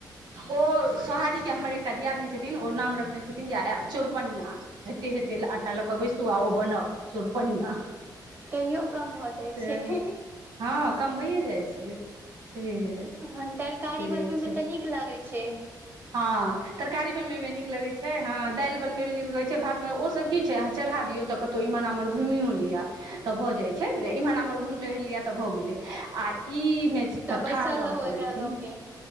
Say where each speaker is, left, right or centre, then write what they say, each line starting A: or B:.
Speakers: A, on the right; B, on the right.
A: ओ सोहारी के हमर एकटा दियादनी छथिन ओ नाम रखने छथिन जे आ चौरपनिया एते हेते आटा ल के बैसु आ ओ बनाउ। चोरपनिया
B: तहियो कम भ
A: से
B: जाइ छैय।
A: हँ कमबैए जाइ छै छैहे
B: हँ तरकारी
A: से
B: बनबैमे
A: छै
B: त नीक लागैय छैय।
A: हँ, तरकारी बनबे मे नीक लगय छैय छैय हँ दाइल बनबैमे नीक लगय छैय भातमे ओ सब की छैय अहाँ चढ़ा दियौ त कतौ इमहर आमहर घुमियो लिअ। त भ जाय छय छै, मने एम्हर आम्हर घुमि टहर लिय त भ गेलय, आ ई ने
B: तऽ
A: त
B: बैसल
A: ठाढ़ रह
B: रहू
A: परय
B: एकरा
A: छै
B: लऽ
A: न।
B: के